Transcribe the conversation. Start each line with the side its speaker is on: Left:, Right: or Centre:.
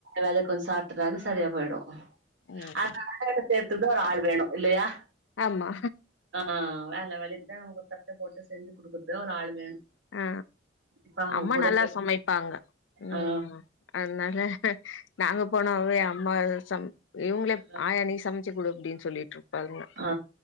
Right: வேல கொஞ்சோ சாப்பிட்டனாலே சரியா போயிடு <unintelligible>
Left: ம்
Right: ஒரு ஆளு வேணு இல்லயா
Left: ஆமா
Right: ஆ வேல வேலைக்குதா ஒரு தட்ட போட்டு செஞ்சு குடுக்குறதுக்கு ஒரு ஆளு வேணு
Left: ஆ
Right: இப்ப அவங்க
Left: அம்மா
Right: கூட
Left: நல்லா
Right: பே
Left: சமைப்பாங்க ம்
Right: ஆ
Left: அதனால நாங்க போனவே அம்மா சம இவங்களே
Right: அதா
Left: ஆயா நீ சமச் ச்சுக்குடு அப்டின்னு சொல்லிட்டு இரு பாங்க
Right: ஆ